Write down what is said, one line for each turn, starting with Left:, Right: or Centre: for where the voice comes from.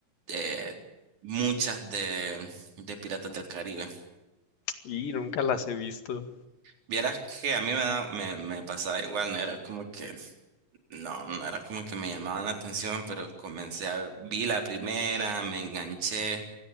Right: eh, muchas de, de Piratas del Caribe.
Left: Y nunca las he visto.
Right: Vieras que a mí me, da- me, me pasaba igual, no era como que, no, no era como que me llamaban la atención, pero comencé a, vi la primera, me enganché.